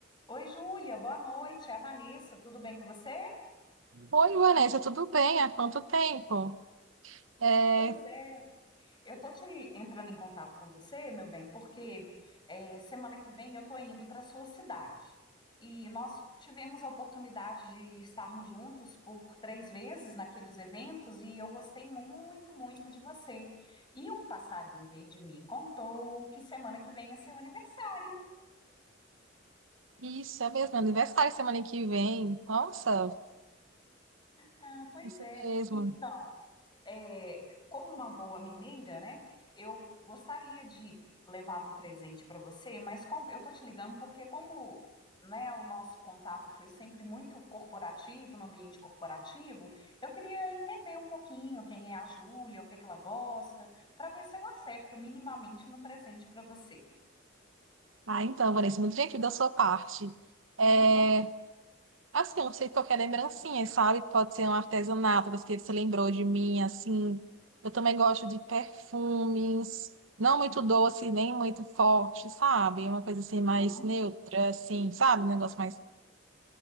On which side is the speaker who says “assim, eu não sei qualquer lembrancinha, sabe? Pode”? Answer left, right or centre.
Right